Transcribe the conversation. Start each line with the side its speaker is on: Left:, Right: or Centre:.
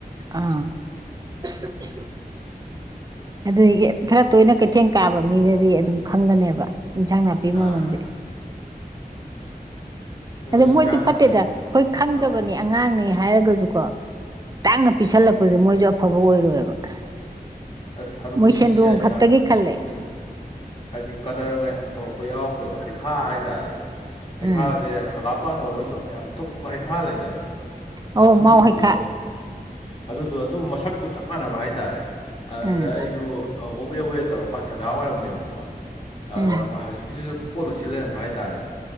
Right: ꯑꯥ <unintelligible> ꯑꯗꯒꯤ ꯈꯔ ꯇꯣꯏꯅ ꯀꯩꯊꯦꯡ ꯀꯥꯕ ꯃꯤꯗꯗꯤ ꯑꯗꯨꯝ ꯈꯪꯒꯅꯦꯕ ꯏꯟꯁꯥꯡ ꯅꯥꯄꯤ
Left: ꯑꯥ
Right: ꯃꯃꯜꯖꯦ
Left: ꯃꯣꯏ
Right: ꯑꯗ ꯃꯣꯏꯖꯨ
Left: ꯏꯟꯁꯥꯡ ꯅꯥꯄꯤ
Right: ꯐꯠꯇꯦꯗ ꯑꯩꯈꯣꯏ ꯈꯪꯗꯕꯅꯦ
Left: ꯑꯥ
Right: ꯑꯉꯥꯡꯅꯦ ꯍꯥꯏꯔꯒꯁꯨꯀꯣ ꯇꯥꯡꯅ ꯄꯤꯁꯜꯂꯛꯄꯖꯨ ꯃꯣꯏꯖꯨ ꯑꯐꯕ ꯑꯣꯏꯔꯣꯏꯕ <unintelligible>
Left: ꯑꯁ ꯍꯅꯨꯕꯤ
Right: ꯃꯣꯏ ꯁꯦꯟꯗꯣꯡ
Left: ꯍꯥꯏꯗꯤ
Right: ꯈꯛꯇꯒꯤ
Left: ꯑꯥ
Right: ꯈꯜꯂꯦ
Left: ꯎꯝ ꯍꯥꯏꯗꯤ ꯀꯗꯔꯒ ꯌꯥꯝ ꯇꯧꯔꯛꯄ ꯌꯥꯎꯈ꯭ꯔꯦꯕ ꯍꯩꯈꯥ ꯍꯥꯏꯇꯥꯔꯦ ꯍꯩꯈꯥꯁꯦ
Right: ꯎꯝ
Left: ꯍꯪꯒꯥꯞ ꯃꯄꯥꯟ ꯑꯣꯏꯔꯒꯁꯨ ꯌꯥꯝ ꯊꯨꯝꯕ ꯍꯩꯈꯥ ꯂꯩꯗꯅ
Right: ꯑꯧ
Left: ꯑꯗꯨꯒꯨꯝꯕꯗꯣ
Right: ꯃꯥꯎ ꯍꯩꯈꯥ
Left: ꯑꯗꯨꯗꯣ ꯑꯗꯨ ꯃꯁꯛꯇꯨ ꯆꯞ ꯃꯥꯟꯅꯕ ꯍꯥꯏꯇꯥꯔꯦ ꯑꯗꯨꯗ
Right: ꯎꯝ
Left: ꯑꯩꯖꯨ ꯑ ꯍꯣꯕꯦ ꯍꯣꯕꯦ ꯇꯧꯔꯀꯥꯟ ꯁꯟꯗꯥ ꯋꯥꯏꯔꯝꯅꯦꯕꯀꯣ ꯑꯗ
Right: ꯎꯝ
Left: ꯍꯧꯖꯤꯛꯀꯤꯖꯤꯖꯨ ꯄꯣꯠ ꯂꯣꯏꯁꯤꯜ ꯂꯩꯔꯝꯕ ꯍꯥꯏꯇꯥꯔꯦ